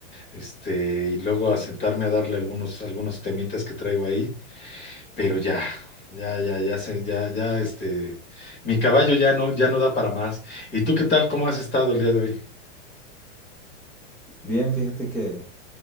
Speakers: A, on the left (about 30°); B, in the centre.
A: este, y luego a sentarme a darle algunos, algunos temitas que traigo ahí, pero ya, ya, ya, ya, se, ya, ya, este, mi caballo ya no, ya no da para más. ¿Y tú qué tal? ¿Cómo has estado el día de hoy?
B: Bien, fíjate que